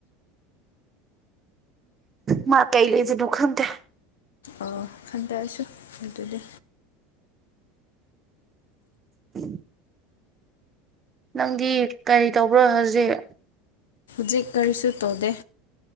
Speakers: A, on the right; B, on the left.
A: ꯃꯥ ꯀꯩ ꯂꯩꯖꯦ ꯗꯨ ꯈꯪ ꯀꯦ
B: ꯑꯣ ꯈꯥꯟꯗꯦ ꯑꯣꯏꯁꯨ ꯍ ꯑꯗꯨꯗꯤ
A: ꯍ ꯅꯪꯗꯤ ꯀꯔꯤ ꯇꯧꯕ꯭ꯔꯣ ꯍꯧꯖꯤꯛ
B: ꯍꯧꯛ ꯀꯔꯤꯁꯨ ꯇꯧꯗꯦ